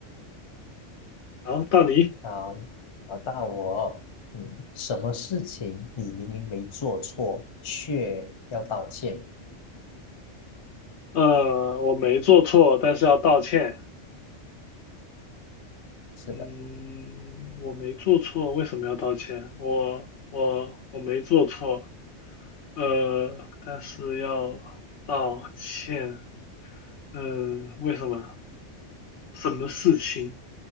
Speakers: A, on the left; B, on the left.
A: 好，到你。
B: 好，好，到我哦嗯，什么事情你明明没做错，却要道歉？
A: 呃，我没做错，但是要道歉。
B: 是的，
A: 嗯，我没做错，为什么要道歉？我我我没做错，呃，但是要道歉。嗯，为什么？什么事情？